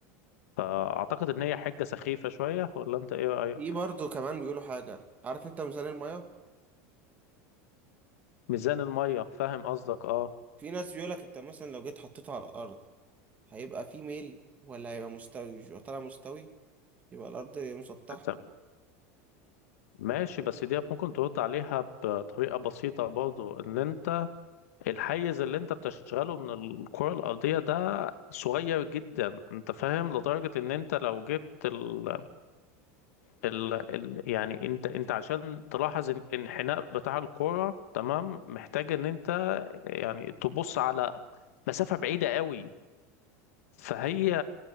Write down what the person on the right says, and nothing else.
في برضو كمان بيقولوا حاجة عارف انت ميزان المية
في ناس بيقولك انت مثلا لو جيت حطيته على الارض هيبقى في ميل ولا هيبقى مستوي مش يبقى طالع مستوي يبقى الارض مسطحة